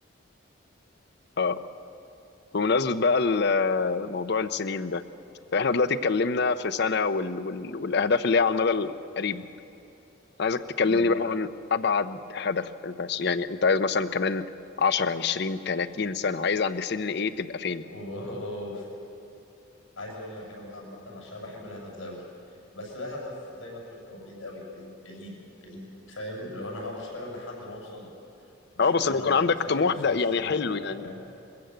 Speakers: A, on the left; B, on the left.
A: اه بمناسبة بقى ال- آه، موضوع السنين ده احنا دلوقتي اتكلمنا في سنة وال... وال... والاهداف اللي هي على المدى القريب عايزك تكلمني
B: امم
A: بقى عن ابعد هدف انت عايز- يعني انت عايز مثلا كمان 10 20 30 سنة عايز عند سن ايه تبقى فين
B: اوف عايز اقول لك انا بقى عامه عشان انا بحب الهدف ده قوي بس ده هدف زي ما انت قلت هو بعيد قوي بعيد بعيد بعيد فاهم اللي هو انا هقعد اشتغل لحد ما اوصل له مش
A: اه
B: اللي
A: بس
B: هو
A: ان
B: انا
A: يكون
B: مثلا
A: عندك طموح
B: كمان خمس
A: ده يعني
B: سنين
A: حلو
B: هبقى
A: يعني
B: فاهم